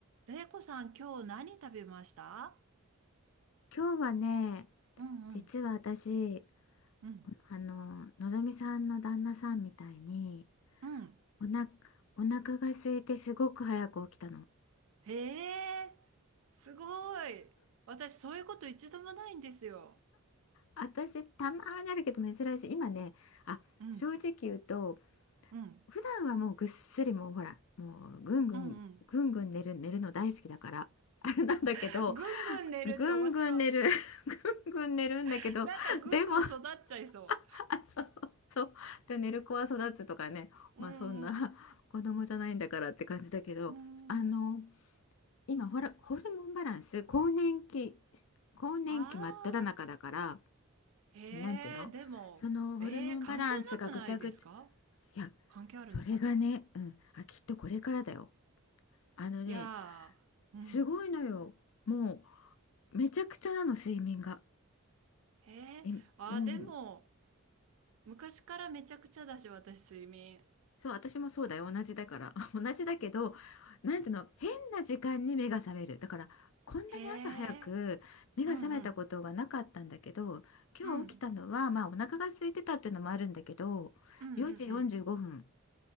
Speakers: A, on the right; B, on the left.
A: れいこさん、今日何食べました
B: 今日はね、
A: うんうん、
B: 実は私、
A: うん、
B: あの、のぞみさんの旦那さんみたいに、
A: うん。
B: おな、お腹が空いてすごく早く起きたの。
A: へえ、すごい。私、そういうこと一度もないんですよ。
B: 私、たまーにあるけど珍しい。今ね、あ、
A: うん、
B: 正直言うと、
A: うん、
B: 普段はもうぐっすりもうほら、もうぐんぐん、
A: うん、うん。
B: ぐんぐん寝る、寝るの大好きだから、あれなんだけど、
A: <laughs> ぐんぐん寝るって面白い。
B: ぐんぐん寝る、<laughs> ぐんぐん寝るんだけど、
A: <laughs> なんかぐんぐん育っちゃいそ
B: でも、<laughs> あそうそう。で、寝る子は育つとかね、
A: う。
B: まあそんな
A: うん
B: <laughs> 子供じゃないんだからって感じだけど、
A: うん。
B: あの、
A: うん。
B: 今ほら、ホルモンバランス、更年期、更年期真っ只中だから、
A: ああ。へえ、
B: なんていうのそのホルモンバランスがぐちゃぐちゃ、
A: でも、えー、関係なくないですか
B: いや、
A: 関係あるのかな
B: それがね、うん、あ、きっとこれからだよ。あのね、
A: いやー、うん。
B: すごいのよ。もう、めちゃくちゃなの、睡眠が。
A: へえ、
B: え、
A: あー、
B: うん。
A: でも、昔からめちゃくちゃだし、私、睡眠。
B: そう、私もそうだよ。同じだから。<laughs> 同じだけど、なんていうの、変な時間に目が覚める。だから、こんなに朝早く目が覚めたことがなかったんだけど、
A: へえ、うんうん、
B: 今日起きたのは、
A: うん、
B: まあ、お腹が空いてたっていうのもあるんだけど、
A: うんうんうん。
B: 4時45分。